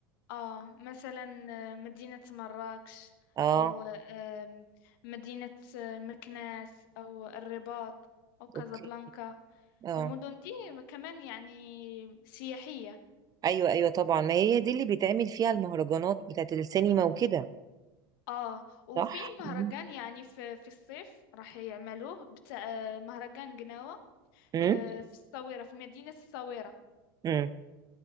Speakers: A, on the left; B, on the right.
A: آه، مثلا آه، مدينة مراكش
B: اه
A: أو آه، آم، مدينة آه، مكناس أو الرباط أو كازابلانكا
B: اوكي اه
A: المدن دي كمان يعني سياحية
B: ايوه ايوه طبعا ما هي دي اللي بيتعمل فيها المهرجانات بتاعت السينما وكده
A: اه وفي
B: صح
A: مهرجان
B: مم.
A: يعني في في الصيف راح يعملوه بتاع آه، مهرجان قناوة
B: امم
A: آه، في الصويرة في مدينة الصويرة
B: امم